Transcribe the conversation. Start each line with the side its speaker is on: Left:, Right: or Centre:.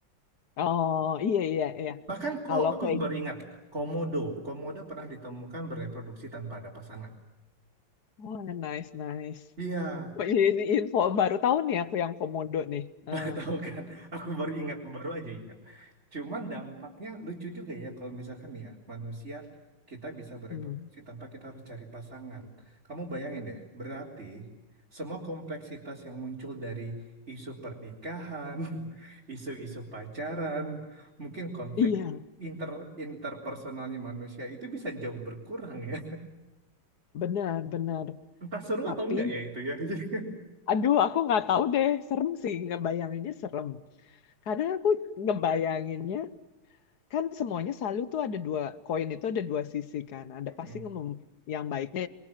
Left: oh iya iya iya.
Right: Bahkan,
Left: Kalau
Right: oh aku
Left: kayak
Right: baru ingat, komodo. Komodo pernah ditemukan bereproduksi tanpa ada pasangan.
Left: oh, nice nice.
Right: Iya,
Left: Ini info baru tahu nih aku yang komodo nih.
Right: <laughs>
Left: Eh.
Right: baru tahu kan. Aku baru ingat, baru aja ingat. Cuman dampaknya lucu juga ya kalau misalkan ya manusia kita bisa bereproduksi
Left: Hmm,
Right: tanpa kita harus cari pasangan. Kamu bayangin deh, berarti semua kompleksitas yang muncul dari isu pernikahan, <laughs> isu-isu pacaran, mungkin konflik
Left: iya,
Right: inter interpersonalnya manusia itu bisa jauh berkurang ya.
Left: benar-benar.
Right: entah seru
Left: Tapi,
Right: atau enggak ya itu ya. <laughs> Jadi,
Left: aduh, aku nggak tahu deh. Serem sih, ngebayanginnya serem. Karena aku ngebayanginnya, kan semuanya selalu tuh ada dua, koin itu ada dua sisi kan. Ada
Right: Mm-mm.
Left: pasti ngem- yang baiknya,